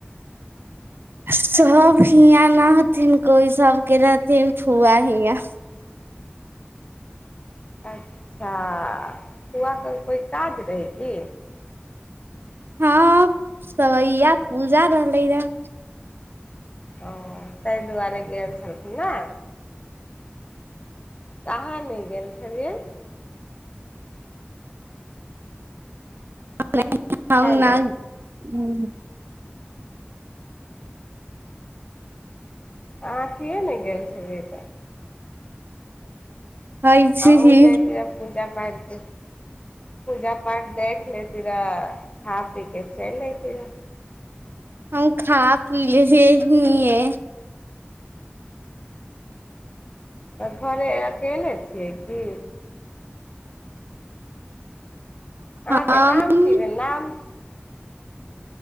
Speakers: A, on the right (about 65°); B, on the left (about 30°).
A: सब हियाँ नहथिन कोइ सबके रहथिन फुआ हियाँ।
B: अच्छा कुआके कोइ काज रहै की।
A: हँ सवैया पूजा रहलै रहा।
B: ओ तै दुआरे गेलर छलखिन ने त अहाँ नहि गेल छलियै।
A: हम
B: खाय ले
A: नहि ह।
B: अहाँथिए ने गेल छबी तऽ।
A: ऐसे
B: आ ह
A: ही
B: जाइतिय पूजा पाठ। पूजा पाठ देख लेती रहऽ खा पी के चलि अेती रहऽ।
A: हम खा पी ले छ घए
B: तऽ घरे अकेले छियै की। अहाँके
A: हम
B: नाम की भेल नाम।